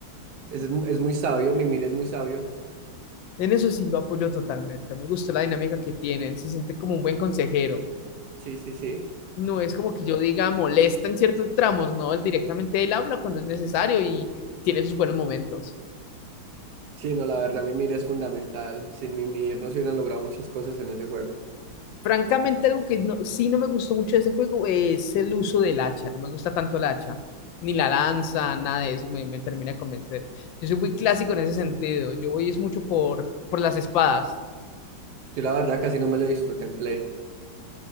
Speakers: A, on the right (about 65°); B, on the left (about 75°).
A: Es, mu- es muy sabio, Mimir es muy sabio.
B: En eso sí lo apoyo totalmente. Me gustó la dinámica que tienen. Se siente como un buen consejero.
A: Sí, sí, sí.
B: no es como que yo diga molesta en ciertos tramos, no, él directamente él habla cuando es necesario y tiene sus buenos momentos.
A: Sí, no, la verdad, Mimir es fundamental. Sin Mimir no se hubieran logrado muchas cosas en ese juego.
B: Francamente, algo que no- sí no me gustó mucho de ese juego es el uso del hacha, no me gusta tanto el hacha, ni la lanza, nada de eso me, me termina de convencer. Yo soy muy clásico en ese sentido, yo voy es mucho por, por las espadas.
A: Yo la verdad casi no me lo disfruté en Play.